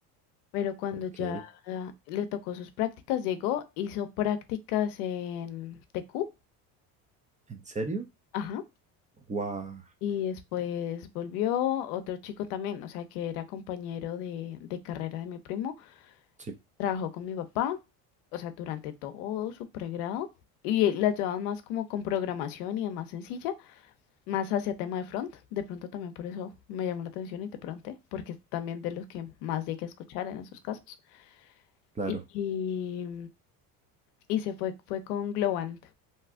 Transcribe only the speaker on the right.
Ok.
¿En serio?
Guau.
Sí,
claro.